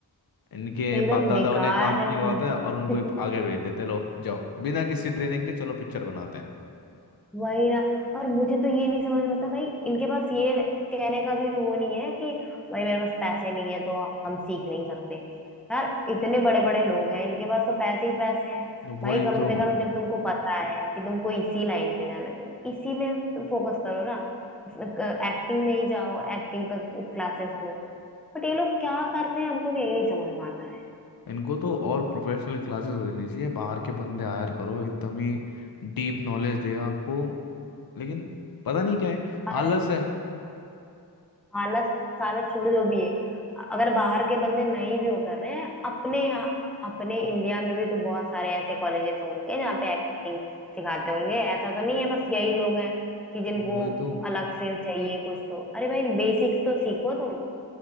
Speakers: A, on the left; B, in the centre.
A: इनके
B: एकदम
A: बाप दादाओं
B: बेकार
A: ने काम
B: है
A: किया
B: उन-
A: होता है और
B: <laughs>
A: उनको ही आगे भेज देते लो जाओ बिना किसी ट्रेनिंग के चलो पिक्चर बनाते हैं
B: वही ना और मुझे तो ये नहीं समझ में आता भाई इनके पास ये कहने का भी वो नहीं है कि भाई मेरे पास पैसे नहीं है तो हम सीख नहीं सकते यार इतने बड़े बड़े लोग हैं इनके पास तो पैसे ही पैसे हैं
A: तो
B: भाई
A: वही
B: कम
A: तो
B: से कम जब तुमको पता है कि तुमको इसी लाइन में जाना है तो इसी में फोकस करो ना एक्टिंग में ही जाओ एक्टिंग का क्लासेस लो बट ये लोग क्या करते हैं हमको तो यही नहीं समझ में आता
A: इनको तो और प्रोफेशनल क्लासेस देनी चाहिए बाहर के बंदे हायर करो एकदम ही डीप नॉलेज दे आपको लेकिन पता नहीं क्या है
B: है
A: आलस है
B: हालत सालत छोड़ जो भी है अगर बाहर के बंदे नहीं भी वो कर रहे हैं अपने यहाँ अपने इंडिया में भी तो बहुत सारे ऐसे कॉलेजेस होंगे जहाँ पे एक्टिंग सिखाते होंगे ऐसा तो नहीं है बस यही लोग हैं कि जिनको
A: वही तो
B: अलग से चाहिए कुछ तो अरे भाई बेसिक्स तो सीखो तुम